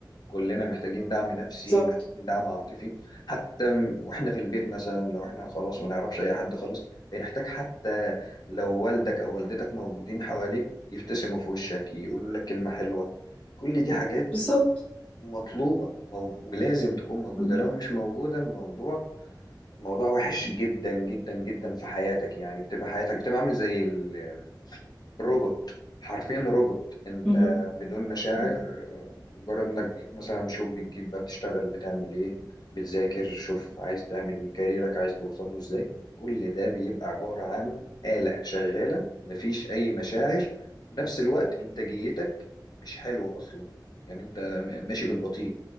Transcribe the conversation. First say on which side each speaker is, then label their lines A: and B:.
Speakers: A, on the left; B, on the left.
A: كلنا محتاجين دعم نفسي
B: بالظبط
A: محتاجين دعم عاطفي حتى م- واحنا في البيت مثلا لو احنا خلاص ما نعرفش اي حد خالص بنحتاج حتى لو والدك او والدتك موجودين حواليك يبتسموا في وشك يقولوا لك كلمة حلوة كل دي حاجات
B: بالظبط
A: مطلوبة مو- ولازم تكون موجودة
B: مم.
A: لو مش موجودة الموضوع موضوع وحش جدا جدا جدا في حياتك يعني بتبقى حياتك بتبقى عامل زي ال- روبوت حرفيا روبوت انت
B: مم.
A: بدون مشاعر
B: مم.
A: آه، مجرد انك مثلا شوف بتجيب بقى بتشتغل بتعمل ايه بتذاكر شوف عايز تعمل ايه كاريرك عايز توصل له ازاي كل ده بيبقى عبارة عن آلة شغالة مفيش أي مشاعر وفي نفس الوقت إنتاجيتك مش حلوة أصلا يعني أنت ماشي بالبطيء